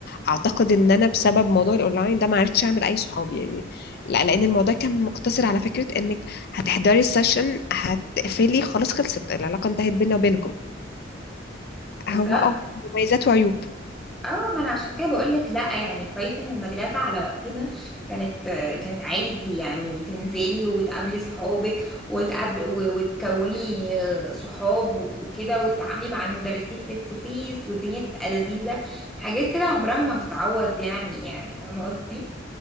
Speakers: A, on the left; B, in the centre.
A: اعتقد ان انا بسبب موضوع الاونلاين ده ما عرفتش اعمل اي صحاب يعني لا لان الموضوع كان مقتصر على فكره انك هتحضري السيشن هتقفلي خلاص خلصت العلاقه انتهت بيننا وبينكم
B: بالظبط
A: فهو اه مميزات وعيوب
B: اه ما انا عشان كده بقول لك لا يعني كويس ان المدرسه على وقتنا كانت كانت عادي يعني تنزلي وتقابلي صحابك وتقاب و- وتكوني آه، صحاب وكده وتتعاملي مع المدرسين فيس تو فيس والدنيا تبقى لذيذه حاجات كده عمرها ما هتتعوض يعني يعني فاهمه قصدي